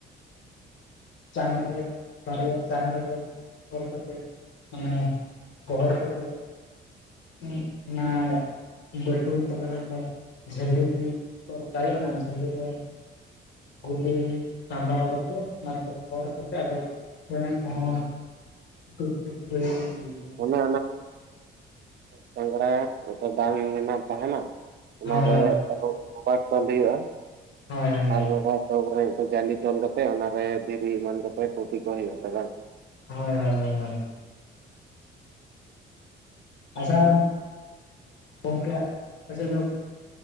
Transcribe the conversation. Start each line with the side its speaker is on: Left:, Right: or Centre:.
Left: ᱪᱟᱝ ᱨᱮ ᱫᱟᱨᱮᱭᱟᱜ ᱪᱟᱝᱲᱮ ᱨᱮ ᱛᱚᱞ ᱠᱟᱛᱮ ᱢᱟᱱᱮ ᱜᱚᱦᱚᱲ ᱠᱟᱛᱮᱫ ᱩᱸ ᱚᱱᱟ ᱵᱟᱹᱴᱩᱞ ᱛᱟᱞᱟ ᱨᱮ ᱚᱸᱰᱮ ᱡᱷᱟᱹᱞᱤ ᱛᱚᱞ ᱠᱟᱜ ᱦᱩᱭᱩᱜᱼᱟ, ᱚᱱᱟ ᱡᱷᱟᱹᱞᱤ ᱨᱮ ᱜᱩᱞᱤ ᱥᱟᱸᱵᱟᱣ ᱠᱟᱛᱮᱫ ᱚᱱᱟ ᱜᱚᱦᱚᱬ ᱠᱟᱛᱮ ᱟᱫᱚ ᱪᱮᱬᱮ ᱠᱚᱦᱚᱸ ᱴᱩᱴᱤ ᱠᱚ ᱦᱩᱭᱩᱜ ᱜᱮᱭᱟ ᱾
Right: ᱚᱱᱮ ᱪᱟᱝᱲᱟ ᱢᱤᱫᱴᱮᱡ ᱰᱟᱝ ᱢᱟᱱᱮ ᱛᱟᱦᱮᱱᱟ ᱾ ᱚᱱᱟᱨᱮ
Left: ᱦᱳᱭ
Right: ᱨᱚᱼᱨᱚᱵᱟᱴ ᱛᱚᱞ ᱦᱩᱭᱩᱜᱼᱟ ᱾
Left: ᱦᱳᱭ ᱦᱳᱭ ᱾
Right: ᱟᱨ ᱨᱚᱵᱟᱴ ᱰᱚᱜᱽ ᱨᱮ ᱡᱟᱞᱤ ᱛᱚᱞ ᱠᱟᱛᱮ ᱚᱱᱟᱨᱮ ᱫᱷᱤᱨᱤ ᱮᱢᱟᱱ ᱠᱟᱛᱮ ᱴᱩᱴᱤ ᱠᱚ ᱦᱩᱭᱩᱜᱼᱟ ᱛᱚ ᱵᱟᱝ?
Left: ᱦᱳᱭ ᱦᱳᱭ ᱾ ᱦᱳᱭ ᱦᱳᱭ ᱾ ᱟᱪᱪᱷᱟ ᱜᱚᱝᱠᱮ ᱟᱯᱮ ᱥᱮᱫ ᱫᱚ